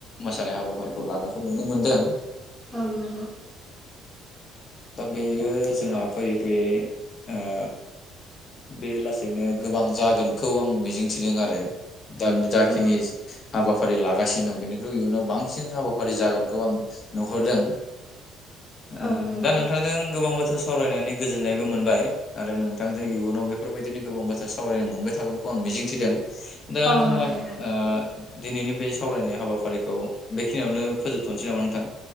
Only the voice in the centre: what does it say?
औ नंगौ
औ
औ नंगौ
औ
नोंथां दे